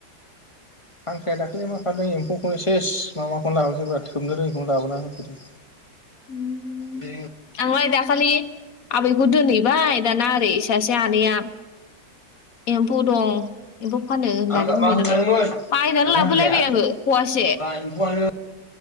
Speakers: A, on the left; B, on the left.
A: हांख्राया दाखालि मा खालामदों एम्फौखौनो सेस माबाखौनो लाबोदोंब्रा थोबनो रोङिखौनो लाबोना होफैदों।
B: उम
A: बे
B: आंलाय दाखालि आबैखौ दोनहैबाय दाना ओरै सासे आनैया एम्फौ दं। एम्फौ फानो होननानै
A: आं
B: बुंबाय
A: मा होखादोंमोन
B: नालाय
A: माबाया
B: बायनानै लाबोलायबाय
A: हांख्राया
B: आङो फवासे
A: माबा एम्फौआनो